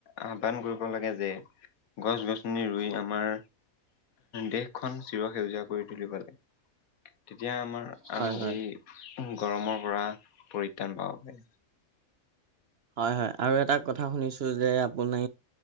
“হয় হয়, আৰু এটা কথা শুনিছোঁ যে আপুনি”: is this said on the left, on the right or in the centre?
Right